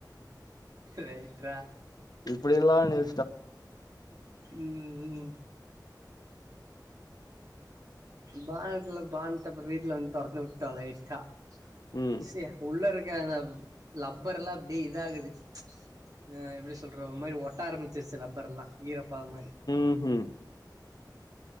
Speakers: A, on the right; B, on the left.
A: ரைட் ரா
B: இப்புடியெல்லா என்னைய
A: ம் ம் பானட்டுல பான்ட்டு அப்புறோ வீட்ல வந்து தொறந்து விட்டோ லைட்டா
B: ம்
A: சே உள்ளருக் ஏ அந்த லப்பரெல்லா அப்டியே இதாகுது அ எப்டி சொல்றோ ஒரு மாரி ஒட்டாரம்பிச்சிருச்சு லப்பரெல்லா வீரப்பா மாரி
B: ம்ஹும்